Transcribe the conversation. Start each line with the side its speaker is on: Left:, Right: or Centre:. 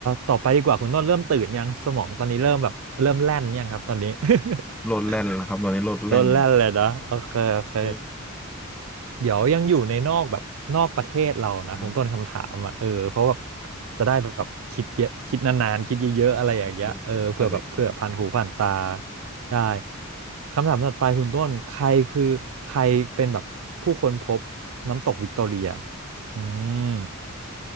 Right: ต่อไปดีกว่าคุณต้นเริ่มตื่นยังสมองตอนนี้เริ่มแบบเริ่มแล่นยังครับตอนนี้ <laughs>
Centre: โลดแล่นแล้วครับตอนนี้โลดแล่น
Right: เริ่มแล่นเลยนะโอเคโอเค
Centre: เออ
Right: เดี๋ยวยังอยู่ในนอกแบบนอกประเทศเรานะคุณต้นคำถามอ่ะเออเพราะแบบ
Centre: นะ
Right: จะได้แบบคิดเยอะคิดนานๆคิดเยอะๆอะไรอย่างเงี้ยเออเผื่อแบบเผื่อผ่านหูผ่านตา
Centre: ใช่เลยครับ
Right: ได้คำถามถัดไปคุณต้นใครคือใครเป็นแบบผู้ค้นพบน้ำตกวิกตอเรียอืม